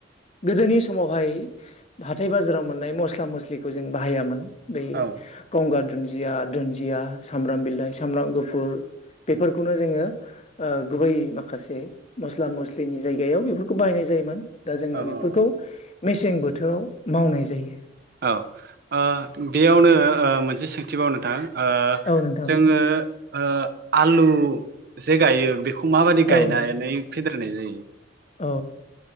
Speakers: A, on the left; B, on the right.
A: गोदोनि समावहाय हाथाय बाजाराव मोननाय मस्ला मस्लिखौ जों बाहायामोन। बे
B: औ
A: गंगार दुन्दिया दुन्दिया सामब्राम बिलाइ सामब्राम गुफुर बेफोरखौनो जोङो ओ गुबै माखासे मस्ला मस्लिनि जायगायाव बेफोरखौ बाहायनाय जायोमोन। दा जोङो
B: औ
A: बेफोरखौ
B: औ
A: मेसें बोथोराव मावनाय जायो।
B: औ ओ बेयावनो ओ मोनसे सोंथिबाव नोंथां। ओ
A: औ नोंथां
B: जोङो ओ आलु जे गायो बे खौ माबायदि
A: औ
B: गायनानै
A: नोंथां
B: फेदेरनाय जायो
A: अ